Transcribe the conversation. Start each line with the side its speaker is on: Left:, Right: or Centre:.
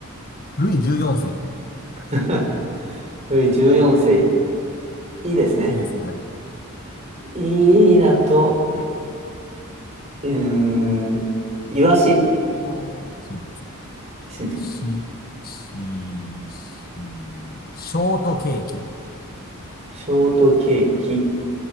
Left: ルイ14世。
Right: <laughs> ルイ14世いいですね。
Left: いいですね。はい。
Right: いいだと、うーん、いわし、
Left: おー、シンプルですね。
Right: シンプル。
Left: し、し、し、ショートケーキ。
Right: ショートケーキ、